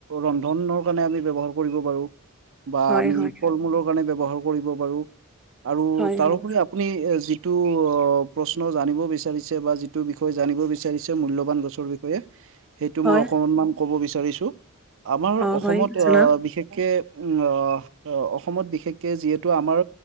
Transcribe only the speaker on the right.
ৰন্ধনৰ কাৰণে, আমি ব্যৱহাৰ কৰিব পাৰোঁ। বা
আমি,
ফল-মূল কাৰণে, ব্যৱহাৰ কৰিব পাৰোঁ। আৰু
তাৰোপৰি
আপুনি, যিটো অ' প্ৰশ্ন জানিব বিচাৰিছে বা যি টো বিষয়ে জানিব বিছাৰিছে, মূল্যবান গছৰ বিষয়ে। সেইটো
মই অকণমান ক'ব বিচাৰিছোঁ! আমাৰ
অসমত
অ' বিশেষকে, উম, অ' অসমত বিশেষকে, যিহেতু আমাৰ